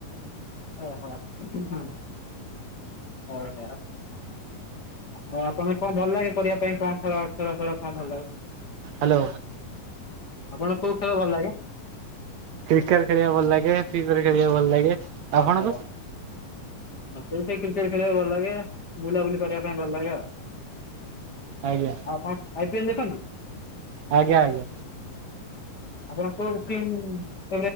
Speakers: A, on the left (about 30°); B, on the right (about 65°).
A: ଓ ହ ହୁଁ ହୁଁ ହଉ <unintelligible> ମୁଁ ଆପଣଙ୍କୁ କଣ ଭଲ ଲାଗେ କରିବା ପାଇଁ କଣ ଖେଳ ଖେଳ ଖେଫେଳ କଣ ଭଲ ଲାଗୁଛି।
B: ହାଲୋ।
A: ଆପଣଙ୍କୁ କୋଉ ଖେଳ ଭଲ ଲାଗେ?
B: କ୍ରିକେଟ ଖେଳିବାକୁ ଭଲ ଲାଗେ ଫ୍ରିଫାୟାର ଖେଳିବାକୁ ଭଲ ଲାଗେ।
A: ଓ
B: ଆପଣଙ୍କୁ
A: ହୋ। <unintelligible> କ୍ରିକେଟ ଖେଳିବାକୁ ଭଲ ଲାଗେ ବୁଲାବୁଲି କରିବା ପାଇଁ ଭଲ ଲାଗେ ଆଉ।
B: ଆଜ୍ଞା।
A: ଆଉ ଆପଣ ଆଇ ପି ଏଲ ଦେଖନ୍ତି?
B: ଆଜ୍ଞା ଆଜ୍ଞା
A: ଆଉ କୁଆଡେ ଷ୍ଟିମ୍